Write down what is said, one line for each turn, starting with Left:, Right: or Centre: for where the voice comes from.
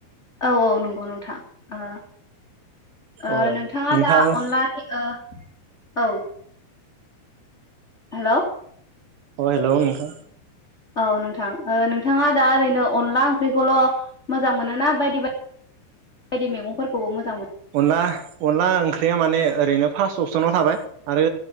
Left: औ औ नंगौ नोंथां ओ ओ
Right: अ
Left: नोंथाङा
Right: नोंथाङाबो
Left: दा अनलानि ओ औ हेलौ
Right: अ हेलौ नोंथां
Left: औ नोंथां ओ नोंथाङा दा ओरैनो अनला ओंख्रिखौल' मोजां मोनोना बायदि बायदि बायदि मैगंफोरखौबो मोजां मोनो?
Right: अनला अनला ओंख्रिया माने ओरैनो फार्स्ट अपसनाव थाबाय आरो